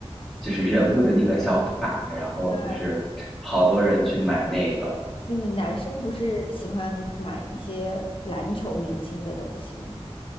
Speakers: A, in the centre; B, on the left.
A: 就是人物的那个小卡，然后就是好多人去买那个，
B: 对，你们男生不是喜欢买一些篮球明星的东西吗？